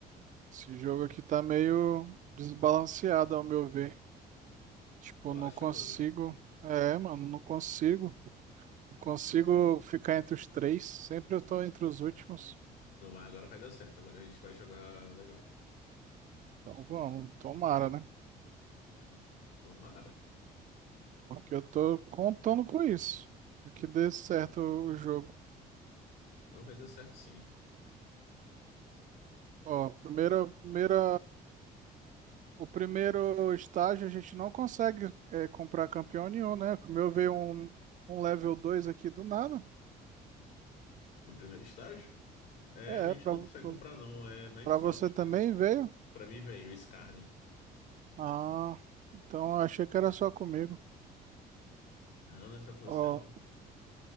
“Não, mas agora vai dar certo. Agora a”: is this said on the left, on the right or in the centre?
Left